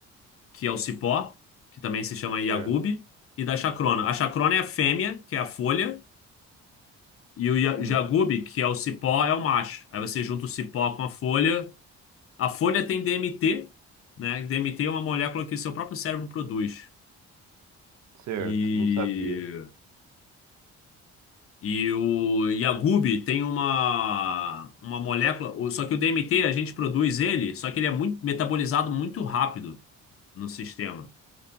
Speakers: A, on the left; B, on the right.
A: que é o cipó, que também se chama yagubi,
B: Certo.
A: e da chacrona. A chacrona é a fêmea, que é a folha, e o ya-
B: Hum,
A: yagubi, que é o cipó, é o macho. Aí você junta o cipó com a folha. A folha tem DMT, né? DMT é uma molécula que o seu próprio cérebro produz.
B: certo,
A: E.
B: não sabia.
A: E o Yagub tem uma, uma molécula, o- só que o DMT a gente produz ele, só que ele é muito metabolizado muito rápido no sistema.